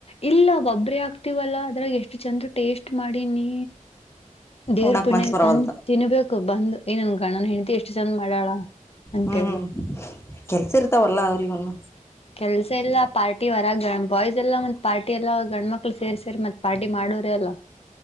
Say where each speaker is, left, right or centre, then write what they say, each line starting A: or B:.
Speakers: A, on the left; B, on the left.
A: ಇಲ್ಲ ಒಬ್ರೆ ಆಗ್ತಿವಲ್ಲಾ. ಬೆಳಿಗ್ಗೆ ಎಷ್ಟು ಚಂದ್ ಟೇಸ್ಟ್ ಮಾಡಿನಿ. ದೇವ್ರ
B: ಉಣಾಕ್
A: ಪುಣ್ಯ
B: ಮನ್ಸ ಬರವಲ್ತು
A: ತಂದ್ ತಿನ್ಬೇಕ ಬಂದು ಏನನ್ ಗಂಡನ ಹೆಂಡತಿ ಎಷ್ಟು ಚಂದ ಮಾಡಾಳ ಅಂತೇಳಿ.
B: ಹ್ಮ್ ಕೆಲ್ಸ ಇರ್ತಾವಲ್ಲ ಅವ್ರಿಗನು
A: ಕೆಲ್ಸಿಲ್ಲ ಪಾರ್ಟಿ ವರಾಗ ಗ ಬಾಯ್ಸ್ ಎಲ್ಲಾ ಮತ್ ಪಾರ್ಟಿ ಎಲ್ಲ ಗಂಡ್ಮಕ್ಳ ಸೇರಿ ಸೇರಿ ಮತ್ತ್ ಪಾರ್ಟಿ ಮಾಡೋರೆ ಅಲ್ಲ.